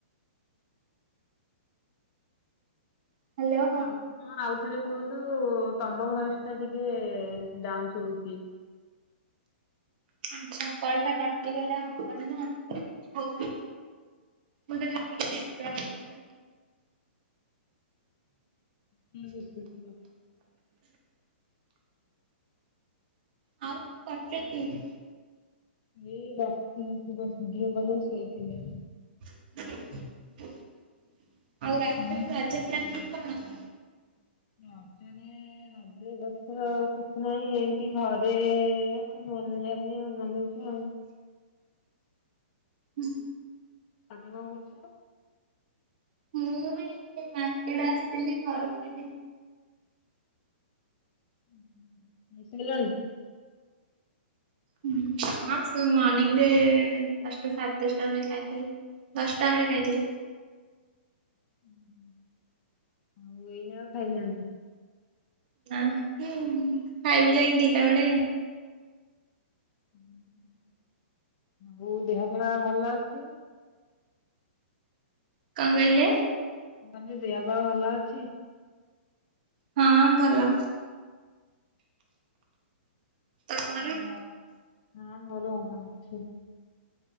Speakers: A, on the right (about 50°); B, on the left (about 40°).
A: ହ୍ୟାଲୋ।
B: ଆଉ। ହଁ ଆଉ ଥରେ କୁହନ୍ତୁ ତମ ଭୟେସେ୍ ଟା ଟିକେ ଡାଉନଶୁବୁଚି।
A: ଆଛା କଲ ଟା କଟିଗଲ ଆଉ ହବନି ନା ହଉନି। ମୁଁ ତତେ ରାଖିଦେ ଵି ରାଖି କୁ।
B: <inaudible>
A: ଆଉ ପଞ୍ଚଦିନି।
B: ଏଇ ବସିଥିନି ଦଶ ମିନିଟ୍ ଝିଅ ପାଖରେ ସେଇଥିନି।
A: ଆଉ ରାଜ୍ୟରେ ରଜନିତି ପ୍ଲାନ ପୁଣି
B: ତମେ
A: କଣ?
B: ରାଜ୍ୟରେ ରଜ ଏବର୍ଷ ଆଛି। ନାଇଁ ଏମିତି ଘରେ ବନେଇବା ପାଇଁ ଆ ବସେ ନେଚୁ ଆଉ।
A: ହୁଁ।
B: ତମେ କଁ କରୁଛ।
A: ହୁଁ। ଏଇଟା ଆସ୍ତେ। କାଲି ଘରକୁ ଯିବି।
B: ଉଁ ହୁଁ ମିଶି ଗଲଣି।
A: ହୁଁ ଆଉ ସବୁ ମର୍ଣିିଂ ରେ ଦଶଟା ସାଢ଼େ ଦଶଟା ବେଳେ ଖାଇଥିଲି। ଦଶଟା ବେଳେ ଖାଇଥିଲି।
B: ଉଁ ହୁଁ ଆଉ ଏଇନା ଆଉ ଖାଇନାହାନ୍ତି।
A: ନାଁ ହୁଁ ହୁଁ ହୁଁ ଖାଇବି ଯାଇଁକି ଦିଟା ବେଳେ।
B: ହୁଁ ହଉ ଆଉ ଦେହ ପହା ଭଲ ଅଛି।
A: କଁ କହିଲେ।
B: ମୁଁ କହଲି ଦେହ ପାହ ଭଲ ଅଛି।
A: ହଁ ଭଲ। ତମର
B: ଆଉ ଘ ହଁ ମୋର ଭଲ ଅଛି।